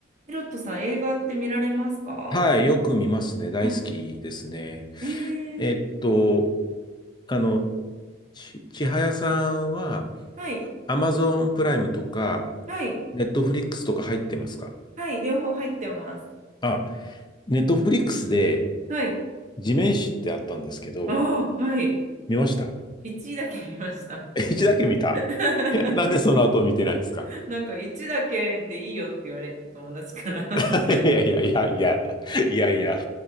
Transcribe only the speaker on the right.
ヒロトさん、映画って見られますか
あ、えー、
はい、
はい、
はい、両方入ってます。
はい。
ああ、はい。
1だけ見ました。
<laughs>
なんか1だけでいいよって言われて友達から。<laughs>